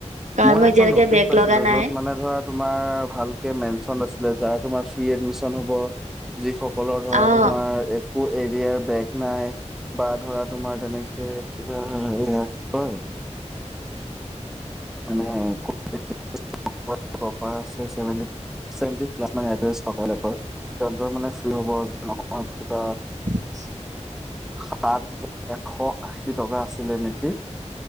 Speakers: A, on the right; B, in the centre.
A: কাৰণ
B: মই এখন
A: এতিয়ালৈকে
B: নটিচ
A: বেক
B: পাইছিলো
A: লগা নাই
B: যত মানে- ধৰা তোমাৰ ভালকে মেনচন আছিলে যাৰ তোমাৰ ফ্ৰী এডমিশন হ'ব- যি সকলৰ ধৰা
A: অ',
B: তোমাৰ এক- কো এৰিয়াৰ বেগ নাই বা ধৰা তোমাৰ তেনেক- এ কিবা হয় কয়- মানে কপাৰ আছে। এতেন্দেন্স থকা বিলাকৰ তেনতৰ মানে ফ্ৰী হ'ব নহয় কিবা-
A: প্লিছ।
B: সাত এশ আশী টকা আছিলে নেকি।